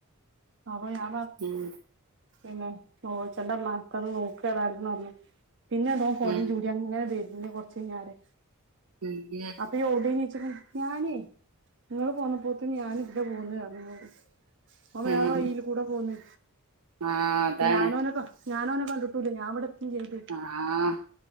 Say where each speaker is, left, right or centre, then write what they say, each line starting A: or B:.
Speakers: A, on the right (about 55°); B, on the right (about 75°).
A: അപ്പ ഞാ
B: ഉം.
A: പിന്നെ നേലോൽചണ്ടമാ നോക്ക വരാനുണ്ട് പറഞ്ഞ് പിന്നെണ്ടോ കോടയും
B: ഉം.
A: ചൂടി അങ്ങനെ വെര്ന്ന് കുറച്ച് കഴിഞ്ഞരെ
B: മ് അ
A: അപ്പ എവിടെണീച്ചന് ഞാനേ നിങ്ങള് പോന്നപ്പോത്തന്നെ ഞാൻ ഇവിടെ പോന്ന് പറഞ്ഞെന്നോട് ഓ വേറെോ
B: ഉം.
A: വയീല് കൂടെ പോന്ന്
B: ആഹ് അതാണ്.
A: അപ്പ ഞാനോനൊക്കെ ഞാനോന കിണ്ടിട്ടൂല്ല ഞൻവിടത്തും ചെയ്ത്ക്ക്
B: അ ആഹ്